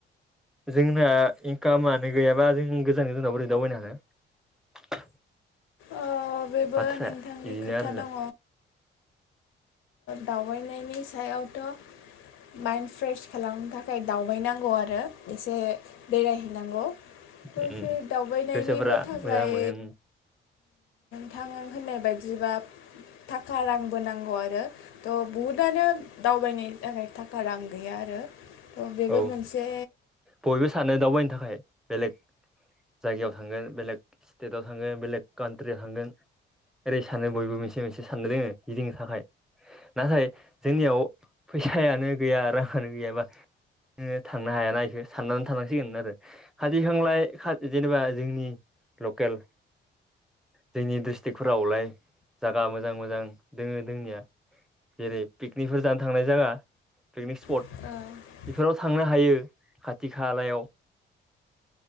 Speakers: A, in the centre; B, on the left.
A: जोंना इनकामानो गैयाबा जों गोजान गोजानाव बोरै दावबायनो हानो
B: अ बेबो
A: बाथ्राया
B: नोंथांनि
A: बिदिनो
B: खोथा
A: आरोना
B: दङ दावबायनायनि सायावथ' माइन्द फ्रेश खालामनो थाखाय दावबायनांगौ आरो एसे बेरायहैनांगौ दसे
A: उम
B: दावबायनायनिबो
A: गोसोफोरा
B: थाखाय
A: मोजां मोनो
B: थां होननाय बायदिबा थाखा रांबो नांगौ आरो थ' बहुदआनो दावबायनायनि थाखाय थाखा रां गैया आरो थ' बेबो
A: औ
B: मोनसे
A: बयबो सानो दावबायनो थाखाय बेलेग जायगायाव थांगोन बेलेग स्टेटआव थांगोन बेलेग कान्ट्रियाव थांगोन ओरै सानो बयबो मोनसे मोनसे साननो दोङो गिदिंनो थाखाय नाथाय जोंनियाव फैसायानो गैया राङानो गैयाबा नोङो थांनो हायाना इखो साननानै थानांसिगोन आरो खाथिखांलाय खा जेनेबा जोंनि लकेल जोंनि डिस्ट्रिक्फोरावलाय जागा मोजां मोजां दङो दोंनिया जेरै पिकनिकफोर जानो थांनाय जागा पिकनिक स्पट
B: <inaudible>
A: बेफोराव थांनो हायो खाथि खालायाव